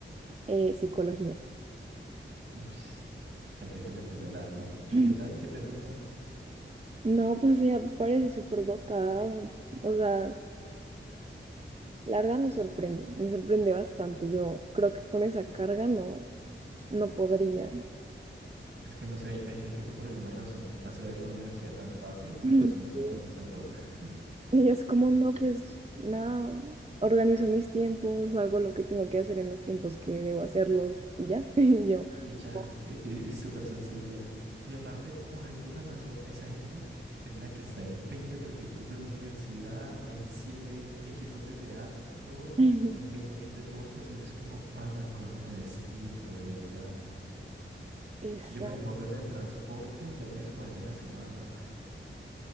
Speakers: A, on the right; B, on the right.
A: eh, psicología.
B: Uy, gente que le pone el alma. ¿Y
A: <laughs>
B: qué tal? ¿Qué te he contado?
A: No, pues ella parece súper dotada. O sea, la verdad me sorprende, me sorprende bastante. Yo creo que con esa carga no, no podría.
B: Es que no sé, hay, hay gente que por alguna razón hace ver la universidad tan fácil mientras
A: <laughs>
B: uno está
A: Sí.
B: agonizando <laughs>
A: Ella es como, no, pues nada, organizo mis tiempos, hago lo que tengo que hacer en los tiempos que debo hacerlos y ya. <laughs> Y yo,
B: y ya,
A: oh,
B: y, y es súper sencillo. Y aparte, por alguna razón, esa gente es la que está en 20 proyectos de la universidad, en 7 equipos de teatro,
A: <laughs>
B: en veinte mil deportes y uno es como, pana, ¿cómo tenés tiempo de verdad?
A: Eso.
B: Yo me demoro en el transporte y ya me descuadré la semana.